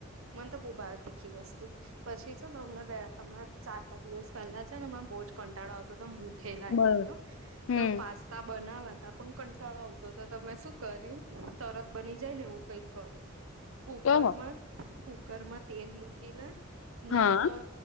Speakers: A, on the right; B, on the left.
A: મને તો બહુ ભાવે તીખી વ સ્તુ. પછી છે ને હમણાં બે હમણાં ચાર પાંચ દિવસ પહેલા છે ને હમણા બહુ જ કંટાળો આવતો હતો ને ભૂ ખે લાગી
B: બરોબર
A: તી હો,
B: હમ
A: તો પાસ્તા બનાવા તા પણ કંટાળો આવતો, તો મે શું કર્યું તરત બની જાય ને એવું કઈક કર્યું. કુકર
B: તો
A: માં જ કુક કુકર માં તેલ મૂકીને
B: હા
A: નાના